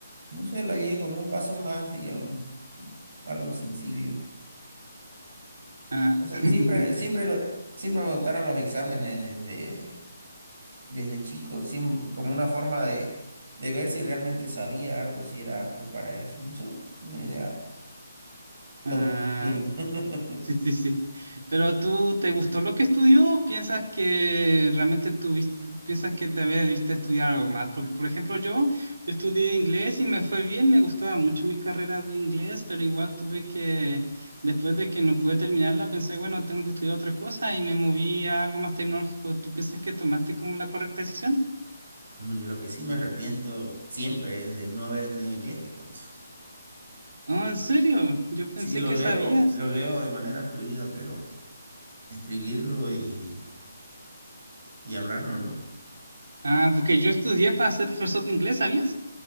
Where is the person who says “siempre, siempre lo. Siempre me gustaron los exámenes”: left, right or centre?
Right